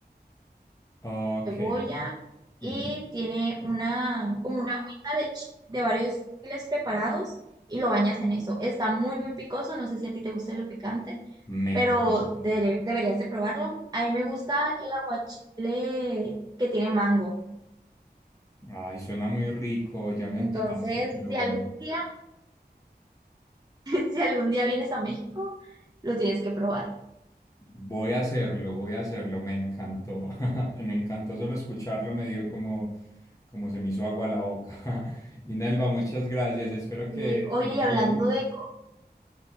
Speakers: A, on the left; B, on the right.
A: Ok.
B: cebolla y
A: Ujú.
B: tiene una, como una agüita de, chi- de varios chiles preparados y lo bañas en eso. Está muy, muy picoso, no sé si a ti te gusta lo picante,
A: Me
B: pero
A: encanta.
B: dere- deberías de probarlo. A mí me gusta el aguachile que tiene mango.
A: Ay, suena muy rico, ya me
B: Entonces,
A: antojaste, pero
B: si algún día, <laughs> si algún día vienes a México, lo tienes que probar.
A: voy a hacerlo, voy a hacerlo, me encantó, <laughs> me encantó solo escucharlo, me dio como, como se me hizo agua a la boca. <laughs> Y Nelva, muchas gracias, espero que
B: Y oye,
A: tengas
B: y hablando
A: una...
B: de, co-